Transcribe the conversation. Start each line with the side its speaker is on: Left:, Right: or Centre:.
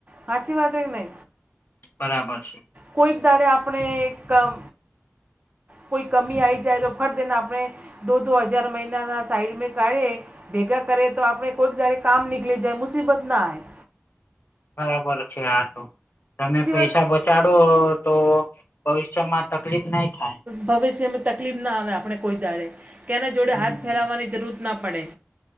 Right: હાચી વાત હે કે નહિ.
Left: બરાબર છે.
Right: કોઈક દાડે આપણે એકમ કોઈ કમી આવી જાય તો ફટ દેને આપણે દો દો હજાર મહિનાના સાઈડ મે કાઢે ભેગા કરે તો આપણે કોઈક દાડે કામ નીકળી જાય મુસીબત ના આયે.
Left: બરાબર છે આ તો તમે પૈસા
Right: વાત
Left: બ ચાડો તો ભવિષ્યમાં તકલીફ નહી થાય.
Right: ભવિષ્યમાં તકલીફ ના આવે આપણે કોઈ દાડે કેના જોડે
Left: હમ
Right: હાથ ફેલાવવાની જરૂત ના પડે.